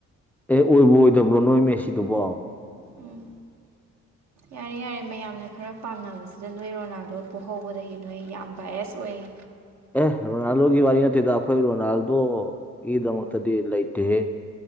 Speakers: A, in the centre; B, on the right.
A: ꯑꯦ ꯑꯣꯏꯕꯨ ꯑꯣꯏꯗꯕ꯭ꯔꯣ ꯅꯣꯏ ꯃꯦꯁꯤꯗꯨꯕꯣ
B: ꯎꯝ ꯌꯥꯔꯦ ꯌꯥꯔꯦ ꯃꯌꯥꯝꯅ ꯈꯔ ꯄꯥꯝꯅꯕꯁꯤꯗ ꯅꯣꯏ ꯔꯣꯅꯥꯜꯗꯣ ꯄꯣꯍꯧꯕꯗꯒꯤ ꯅꯣꯏ ꯌꯥꯝ ꯕꯥꯑꯦꯁ ꯑꯣꯏꯌꯦ
A: ꯑꯦ ꯔꯣꯅꯥꯜꯗꯣꯒꯤ ꯋꯥꯔꯤ ꯅꯠꯇꯦꯗ ꯑꯩꯈꯣꯏ ꯔꯣꯅꯥꯜꯗꯣ ꯒꯤꯗꯃꯛꯇꯗꯤ ꯂꯩꯇꯦꯍꯦ